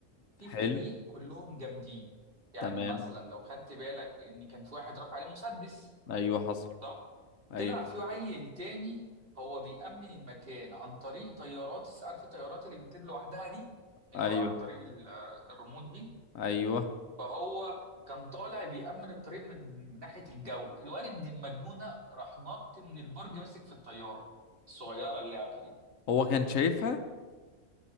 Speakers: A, on the right; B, on the left.
A: في
B: حلو
A: فريق كلهم جامدين يعني
B: تمام
A: مثلا لو خدت بالك ان كان في واحد رافع عليه مسدس
B: ايوه حصل
A: صح
B: ايوه
A: طلع في عيل تاني هو بيأمن المكان عن طريق طيارات س- عارف الطيارات اللي بتطير لوحدها دي اللي
B: ايوه
A: هو عن طريق ال- آه، الريموت دي
B: ايوه
A: فهو كان طالع بيأمن الطريق من ناحية الجو الواد ابن المجنونة راح نط من البرج ماسك في الطيارة الصغيرة اللعبة دي
B: هو كان شايفها